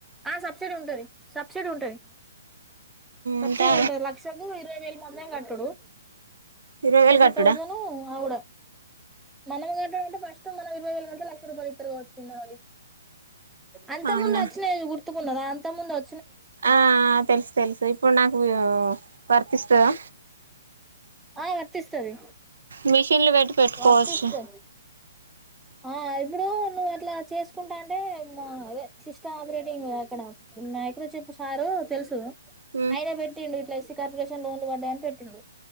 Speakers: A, in the centre; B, on the right (about 75°).
A: ఆ సబ్సిడీ ఉంటది సబ్సిడీ ఉంటది సబ్సిడీ
B: ఉంటా
A: ఉంటది లక్షకు ఇరవై వేలు మం దే కట్టుడు
B: ఇరవై వేలు
A: ఎయిటీ
B: కట్టుడా
A: తౌసండ్ అవుడే మనం గట్టుడంటే ఫస్ట్ మనం ఇరవై వేలు కడితే లక్ష రూపాయలు ఇత్ రోజుకుండాలి అంత
B: అవునా
A: ముందు ఆత్ తే గుర్తుకున్నదా అంత ముందు వ
B: ఆ తెలుసు తెలుసు ఇప్పుడు నాకూ వు వర్తిస్తదా
A: ఆ వర్తిస్తది
B: మీ ఇల్లు వేట్టి పెట్టుకోవచ్చు
A: వర్తిస్తే ఆ ఇప్పుడు నువు అట్లా చేసుకుంటా అంటే మా అదే సిస్టమ్ ఆపరేటింగ్ అక్కడ నాయకుడ చెప్పు సారు తెలుసు
B: పెట్టుకోవచ్చు
A: ఆయన పెట్టిండు ఇట్ల ఎస్సీ కార్పోరేషన్ లోన్ లు పడ్డయనీ పెట్టిండు